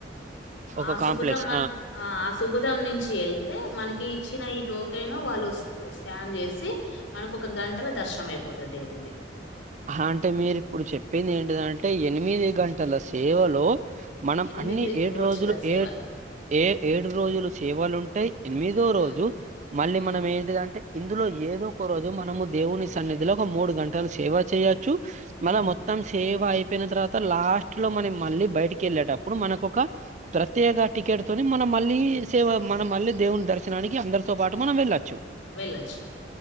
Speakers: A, on the right; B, on the left.
A: ఒక
B: ఆ
A: కాంప్లెక్స్
B: సుభతమ్మా ఆ ఆ సుభతం నిం ఏళ్తే మనకి ఇచ్చిన ఈ టోకెను వాళ్ళు స్కాన్ చేసి మన ఒక గంటల ద నష్టం అయిపోతుది ఏం ఉంది
A: హాంటే మీరు ఇప్పుడు చెప్పింది ఏంటిదంటే ఎనిమిది గంటల సేవలో మనం
B: ఎనిమిది
A: అన్ని ఏడు
B: రోజుల
A: రోజులు
B: సేవలు
A: ఏ ఏ ఏడు రోజులు సేవలు ఉంటాయి ఎనిమిదో
B: ఉమ్
A: రోజు మళ్ళీ
B: ఉమ్
A: మనం ఏంటిదంటే ఇందులో ఏదో ఒక రోజు మనము దేవుని సన్నిధిలో ఒక మూడు గంటలు సేవ చేయచ్చు మల
B: ఉమ్
A: మొత్తం సేవ అయి పోయిన తర్వాత లాస్ట్ లో మనం మళ్ళీ బయటికి కేళ్ళేటప్పుడు మనకు ఒక ప్రత్యేక టికెట్ తోని మనం మళ్ళీ సేవ మనం మళ్ళీ దేవుని దర్శనానికి అందరితో పాటు మనం వెళ్ళచ్చు
B: వెళ్ళొచ్చు